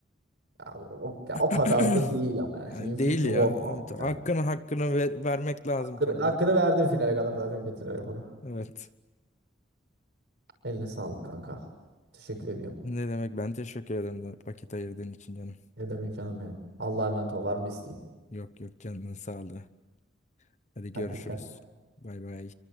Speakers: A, on the right; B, on the left.
A: Ya o, ya
B: <clears throat>
A: o kadar da değil ama ya.
B: Yani
A: Şimdi Infinity
B: Değil ya.
A: War kanka.
B: Evet, hakkını
A: ya.
B: hakkını ver- vermek lazım
A: Hakkını,
B: tabii.
A: hakkını verdim finale kadar zaten getirerek onu.
B: Evet.
A: Eline sağlık kanka. Teşekkür ediyorum.
B: Ne demek ben teşekkür ederim da vakit ayırdığın için canım.
A: Ne demek canım benim. Allah'a emanet ol. Var mı bir isteğin?
B: Yok yok canının sağlığı. Hadi görüşürüz.
A: Hadi dikkat.
B: Bay bay.